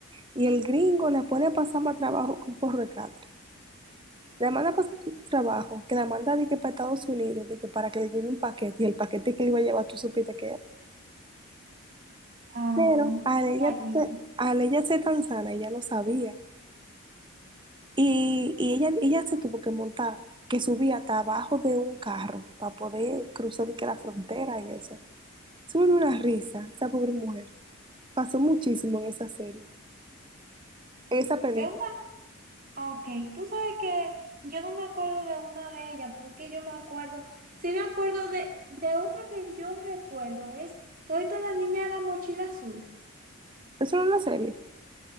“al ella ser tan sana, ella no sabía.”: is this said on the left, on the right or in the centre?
Right